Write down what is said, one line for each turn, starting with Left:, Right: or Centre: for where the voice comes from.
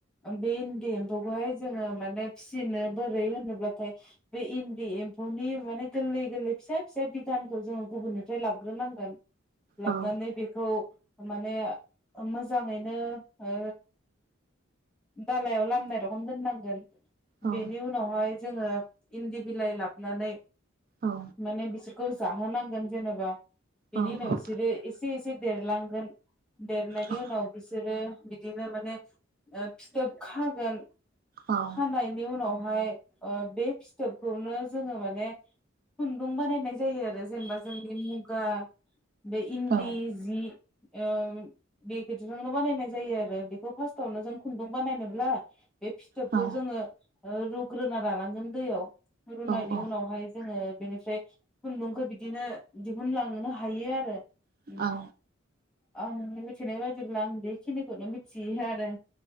Centre: बे इन्दि एम्फौखौहाय जोङो माने फिसिनो बोरै होनोब्लाथाय बे इन्दि एम न'नि माने गोरलै गोरलै फिसा फिसा बिधानखौ जोङो गुबुननिफ्राय लाबग्रोनांगोन लाबनानै
Right: औ
Centre: बेखौ माने ओ मोजाङैनो ओ दालायाव लामनाय रखम दोननांगोन।
Right: औ
Centre: बेनि उनावहाय जोङो इन्दि बिलाइ लाब नानै
Right: औ
Centre: माने बिसोर खौ जाहोनांगोन जेनेबा बेनि
Right: औ
Centre: उनाव बिसोरो एसे एसे देरलांगोन देरनायनि
Right: औ
Centre: उनाव बिसोरो बिदिनो माने ओ फिथोब खागोन
Right: औ
Centre: खानायनि उनावहाय ओ बे फिथोबखौनो जोङो माने खुन्दुं बानायनाय जायो आरो जेनेबा जोंनि मुगा बे इन्दि
Right: औ
Centre: जि एम बे बिदिजोंनो बानायनाय जायो आरो बेखौ फार्स्टावनो जों खुन्दुं बानायनोब्ला बे फिथोबखौ
Right: औ
Centre: जोङो ओ रुग्रोना लालांगोन दैयाव रुनायनि
Right: औ
Centre: उनावहाय जोङो‌। बेनिफ्राय खुन्दुंखो बिदिनो दिहुनलांनो हायो आरो।
Right: औ
Centre: उमफा
Right: औ
Centre: आं मिथिनाय बादिब्ला आं बेखिनिखौनो मिथियो आरो।